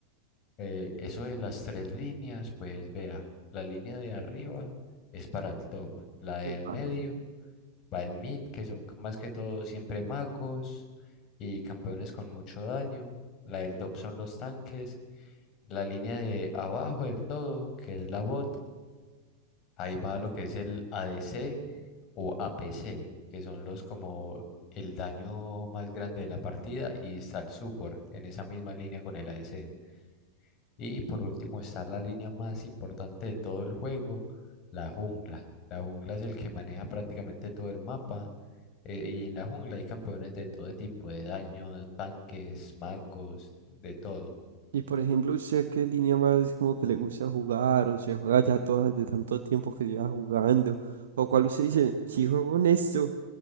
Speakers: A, on the left; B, on the right.
A: Eh, eso de las tres líneas, pues vea, la línea de arriba es para el top, la del
B: Epa.
A: medio va el mid, que son más que todo siempre magos y campeones con mucho daño, la del top son los tanques la línea de abajo del todo, que es la bot, ahí va lo que es el ADC o APC, que son los como el daño más grande de la partida, y está el support en esa misma línea con el ADC. Y por último está la línea más importante de todo el juego, la jungla. La jungla es el que maneja prácticamente todo el mapa. eh, y en la jungla hay campeones de todo tipo, de daño, tanques, magos, de todo.
B: Y por ejemplo, ¿usted qué línea más como que le gusta jugar? ¿O se juega ya todas de tanto tiempo que lleva jugando? ¿O cuál usted dice, si juego en esto,